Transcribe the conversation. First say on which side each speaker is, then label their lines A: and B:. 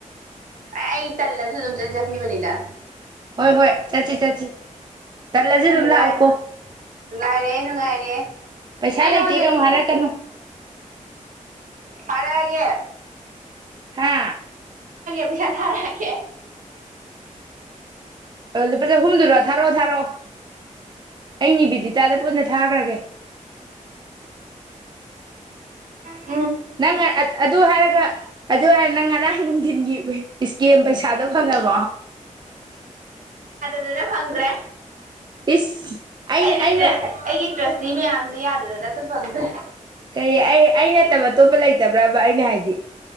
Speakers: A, on the right; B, on the right.
A: ꯑꯦ ꯑꯩ ꯇꯜꯂꯁꯨ ꯑꯗꯨꯝ ꯆꯠꯂꯤ ꯆꯈꯤꯕꯅꯤꯗ
B: ꯍꯣꯏ ꯍꯣꯏ ꯆꯠꯁꯤ ꯆꯠꯁꯤ ꯇꯠꯂꯁꯨ ꯑꯗꯨꯝ
A: ꯅꯨꯡꯉꯥꯏ
B: ꯂꯥꯛꯎꯀꯣ
A: ꯅꯨꯡꯉꯥꯏꯔꯦ ꯅꯨꯡꯉꯥꯏꯔꯦ
B: ꯄꯩꯁꯥ
A: ꯑꯩ ꯅꯉꯣꯟꯗ
B: ꯂꯩꯇꯦꯒ ꯑꯃꯨꯛ ꯍꯥꯏꯔꯛꯀꯅꯨ
A: ꯐꯔꯦ ꯍꯥꯏꯒꯦ
B: ꯍꯥ
A: ꯃꯤꯁꯥ ꯊꯥꯒꯦ
B: ꯂꯨꯄꯥ ꯆꯍꯨꯝꯗꯨꯔꯣ ꯊꯥꯔꯛꯑꯣ ꯊꯥꯔꯛꯑꯣ ꯑꯩꯅꯤ ꯕꯤꯗꯤꯇꯥꯗ ꯄꯨꯟꯅ ꯊꯥꯈ꯭ꯔꯒꯦ
A: ꯑ
B: ꯅꯪ ꯑꯗꯨ ꯍꯥꯏꯔꯒ ꯑꯗꯨ ꯍꯥꯏꯔ ꯅꯪ ꯉꯔꯥꯡ ꯅꯨꯡꯊꯤꯟꯒꯤ ꯏꯁꯀꯦꯝ ꯄꯩꯁꯥꯗꯣ ꯐꯪꯉꯕꯣ
A: ꯑꯗꯨ ꯐꯪꯗ꯭ꯔꯦ
B: ꯏꯁ ꯑꯩꯅ
A: ꯑꯩꯒꯤꯁ
B: ꯑꯩꯅ
A: ꯑꯩꯒꯤ ꯄ꯭ꯔꯁꯤꯃꯦꯌꯥꯝ ꯌꯥꯗ ꯂꯗ ꯐꯪꯗꯦ
B: ꯀꯩ ꯑꯩ ꯑꯩ ꯅꯠꯇꯕ ꯑꯇꯣꯞꯄ ꯂꯩꯇꯕ꯭ꯔꯕ ꯑꯩꯅ ꯍꯥꯏꯗꯤ